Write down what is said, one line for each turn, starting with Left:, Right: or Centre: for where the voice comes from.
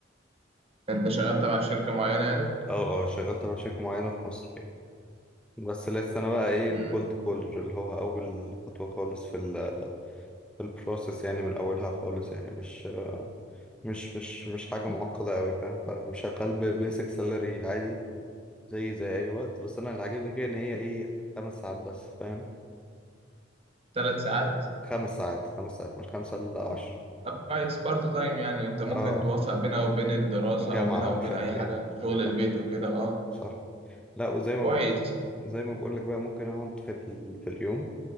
Right: انت شغال تبع شركة معينة يعني
Centre: اه اه شغلت مع شركه معينه في مصر يعني. بس لسه انا بقى ايه
Right: امم
Centre: الكولد كولر اللي هو اول خطوه خالص في ال... في البروسيس يعني من اولها خالص يعني مش مش مش مش حاجة معقدة أوي فاهم فشغال ببيسك سالري عادي زي زي أي وقت بس أنا اللي عاجبني فيها إن هي إيه خمس ساعات بس فاهم
Right: ثلاث ساعات
Centre: خمس ساعات خمس ساعات مش خمسة إلا عشر
Right: طب كويس بارت تايم يعني انت ممكن
Centre: أه
Right: توفق بينها وبين الدراسة
Centre: جامعة
Right: او بينها
Centre: ومش
Right: وبين
Centre: عارف
Right: اي
Centre: إيه
Right: حاجة شغل
Centre: صح
Right: البيت وكده اه
Centre: صح لا وزي ما
Right: كويس
Centre: بقول زي ما بقول لك بقى ممكن أقعد في, ال... في اليوم